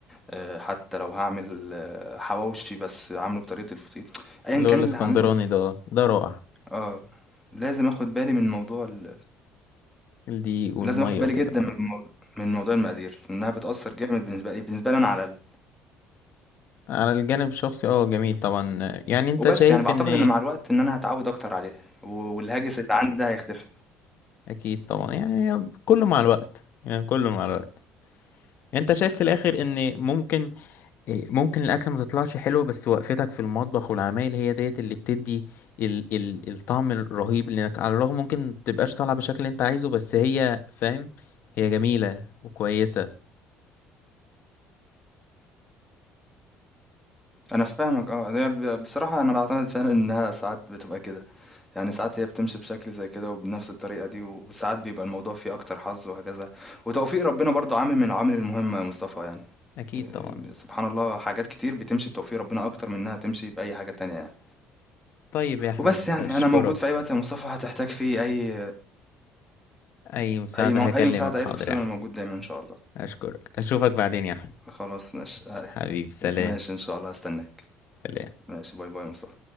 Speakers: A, in the centre; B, on the left.
A: آه، حتى لو هعمل آه، حواوشي بس عامله بطريقه الفطير ايا
B: اللي
A: كان
B: هو الاسكندراني
A: اللي هعمله
B: ده آه، ده رائع
A: اه لازم اخد بالي من موضوع ال...
B: الدقيق والميه
A: لازم اخد بالي
B: وكده
A: جدا
B: اه
A: من موضوع المقادير لانها بتأثر جامد بالنسبة لي بالنسبة لي انا على الاقل
B: على الجانب الشخصي اه جميل طبعا آه، يعني انت
A: وبس
B: شايف
A: يعني بعتقد
B: ان
A: ان مع الوقت ان انا هتعود اكتر عليها و- والهاجس اللي عندي ده هيختفي
B: اكيد طبعا يعني كله مع الوقت يعني كله مع الوقت يعني انت شايف في الاخر ان ممكن إيه، ممكن الاكل ما تطلعش حلو بس وقفتك في المطبخ والعمايل هي ديت اللي بتدي ال ال الطعم الرهيب لانك على الرغم ممكن تبقاش طالعه بالشكل اللي انت عايزه بس هي فاهم هي جميله وكويسه
A: انا فاهمك اه ده ب- بصراحة انا بعتمد فعلا انها ساعات بتبقى كده يعني ساعات هي بتمشي بشكل زي كده وبنفس الطريقة دي وساعات بيبقى الموضوع فيه اكتر حظ وهكذا وتوفيق ربنا برضو عامل من العوامل المهمة يا مصطفى يعني
B: اكيد
A: إيه،
B: طبعا
A: سبحان الله حاجات كتير بتمشي بتوفيق ربنا اكتر من انها تمشي بأي حاجة تانية يعني
B: طيب يا أحمد
A: وبس يعني
B: أشكرك
A: انا موجود في اي وقت يا مصطفى هتحتاج فيه اي
B: أي مساعدة
A: اي م...
B: هكلمك
A: اي مساعدة
B: حاضر
A: اي تفاصيل
B: يا أحمد
A: انا موجود دايما ان شاء الله
B: أشكرك أشوفك بعدين يا أحمد
A: خلاص ماشي آه،
B: حبيبي سلام
A: ماشي ان شاء الله هستناك
B: سلام
A: ماشي باي باي مصطفى